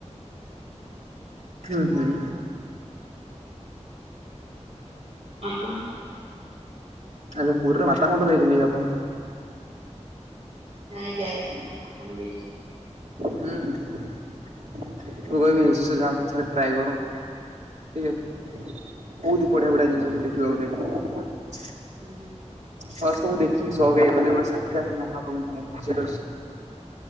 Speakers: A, on the right; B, on the right.
A: ଉଁ ହୁଁ।
B: ଆପଣ?
A: ଏବେ ପୁରୀର ମାତା ମଠ ଯାଇଛନ୍ତି କି ଆପଣ?
B: ନାଇଁ ଯାଇନି ଆପଣ ଯାଇଛନ୍ତି?
A: ହୁଁ ମୁଁ କହିବି ନିଶ୍ଚୟ ଯାଆନ୍ତୁ ଥରେ ଟ୍ରାଏ କରନ୍ତୁ। ଠିକ୍ ଅଛି ବୋହୁତ ବଢ଼ିଆ ବଢ଼ିଆ ଜିନିଷ ସେ ଦେଖିବାକୁ ଯାଇ
B: ହୁଁ।
A: ଫାଷ୍ଟ୍ ମୁଁ ଦେଖିକି ଶକ୍ ହେଇଗଲି ଗୋଟେ ସାକ୍ଷାତ ମହାପ୍ରଭୁଙ୍କୁ ମୋ ଖୁସିଟା